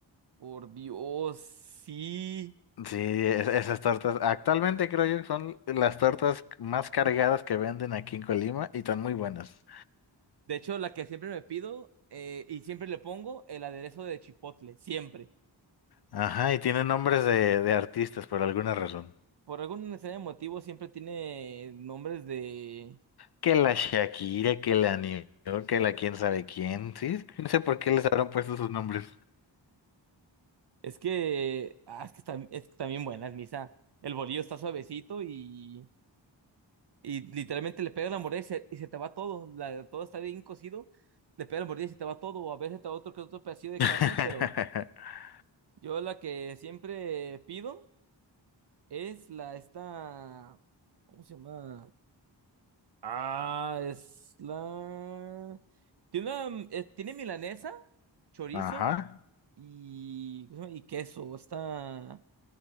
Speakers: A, on the right (about 60°); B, on the left (about 60°).
A: Por Dios, sí.
B: Sí, es- esas tortas, actualmente creo yo que son las tortas más cargadas que venden aquí en Colima y están muy buenas.
A: De hecho, la que siempre me pido eh, y siempre le pongo el aderezo de chipotle, siempre.
B: Ajá, y tienen nombres de, de artistas por alguna razón.
A: Por algún extraño motivo siempre tiene nombres de
B: Que la Shakira, que la New York, que la quién sabe quién, sí, no sé por qué les habrán puesto sus nombres.
A: Es que, ah, es que están, es que están buenas, Misa. El bolillo está suavecito y, y literalmente le pega la mordida y se, y se te va todo. La- todo está bien cocido, le pega la mordida y se te va todo. O a veces te va otro que otro pedacito de
B: <laughs>
A: carne, pero yo la que siempre pido es la esta. ¿Cómo se llama? Ah, es la. Tiene una, mm, eh, tiene milanesa, chorizo
B: Ajá.
A: y, ¿cómo se llama? y queso. está